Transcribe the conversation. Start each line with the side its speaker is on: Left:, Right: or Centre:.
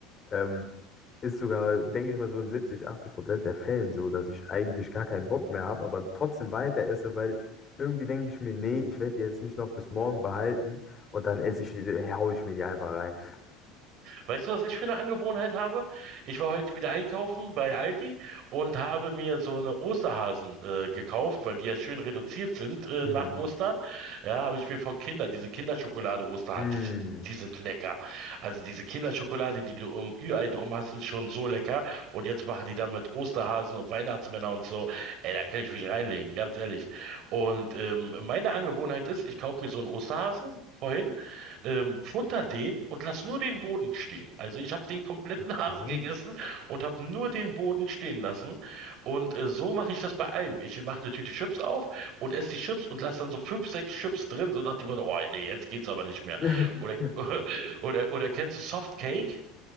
Left: Ähm, ist sogar, denke ich mal, so in 70 80 Prozent der Fällen so, dass ich eigentlich gar keinen Bock mehr habe, aber trotzdem weiter esse, weil irgendwie denke ich mir, nee, ich werde die jetzt nicht noch bis morgen behalten und dann esse ich, die- hau ich mir die einfach rein.
Right: Weißt du, was ich für eine Angewohnheit habe? Ich war heute wieder einkaufen bei Aldi und habe mir so eine Osterhasen äh, gekauft, weil die ja schön reduziert sind äh,
Left: Mhm.
Right: nach Ostern. Ja, habe ich mir von Kinder, diese Kinderschokolade Osterhasen,
Left: Mhm.
Right: die sind, die sind lecker. Also diese Kinderschokolade, die du um Ü-Ei drum hast, ist schon so lecker. Und jetzt machen die dann mit Osterhasen und Weihnachtsmänner und so. Ey, da kann ich mich reinlegen, ganz ehrlich. Und ähm, meine Angewohnheit ist, ich kaufe mir so einen Osterhasen. vorhin ähm, futter den und lass nur den Boden stehen. Also ich habe den kompletten
Left: Okay.
Right: Hasen <laughs> gegessen und habe nur den Boden stehen lassen. Und äh, so mache ich das bei allem. Ich mache eine Tüte Chips auf und esse die Chips und lasse dann so fünf, sechs Chips drin, so nach dem Motto, oh nee, jetzt geht's aber nicht mehr.
Left: <laughs>
Right: Oder, <laughs> oder, oder kennst du Softcake?